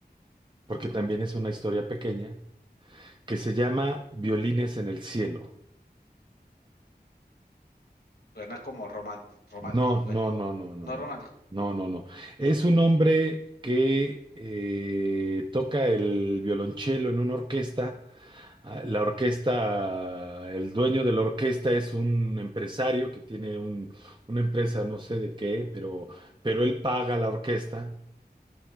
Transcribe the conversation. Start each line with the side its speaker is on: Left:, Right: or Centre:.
Right: porque también es una historia pequeña que se llama Violines en el cielo.
Left: Suena como román- romántico,
Right: No, no,
Left: ¿eh?
Right: no, no, no,
Left: No es
Right: no,
Left: romántico.
Right: no, no, no. Es un hombre que eh, toca el violonchelo en una orquesta. Ah, La orquesta, el dueño de la orquesta es un empresario que tiene un- una empresa, no sé de qué, pero, pero él paga a la orquesta